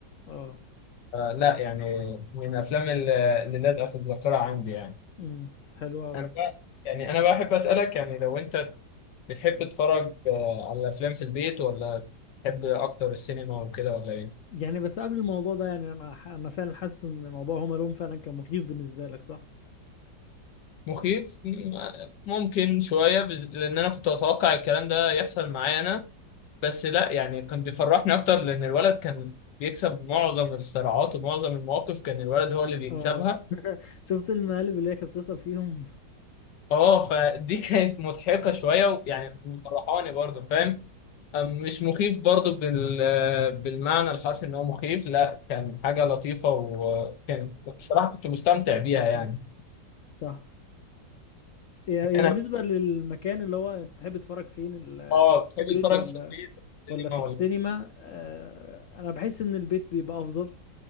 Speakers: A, on the left; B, on the left.
A: آه
B: آه لا يعني من الافلام اللي اللي لازقه في الذاكره عندي يعني
A: أمم، حلو أوي
B: انا بقى يعني انا بحب اسالك يعني لو انت بتحب تتفرج آه على الافلام في البيت ولا بتحب اكتر السينما وكده ولا ايه
A: يعني بس قبل الموضوع ده يعني انا ح- انا فعلا حاسس ان موضوع هوم الون فعلا كان مخيف بالنسبه لك صح
B: مخيف م- ممكن شويه بز... لان انا كنت اتوقع الكلام ده يحصل معايا انا بس لا يعني كان بيفرحني اكتر لان الولد كان بيكسب معظم الصراعات ومعظم المواقف كان الولد هو اللي بيكسبها
A: اه <laughs> شفت المقالب اللي هي كانت بتسأل فيهم
B: اه فدي كانت مضحكة شوية ويعني مفرحاني برضه فاهم أم- مش مخيف برضه بال... بالمعنى الحرفي ان هو مخيف لا كان حاجة لطيفة وكان بصراحة كنت مستمتع بيها يعني
A: <laughs> صح يا يا
B: انا
A: بالنسبه للمكان اللي هو انت تحب تتفرج فين البيت
B: اه بتحب تتفرج
A: ولا
B: في البيت سينما
A: ولا في السينما
B: ولا إيه؟
A: آه، انا بحس ان البيت بيبقى افضل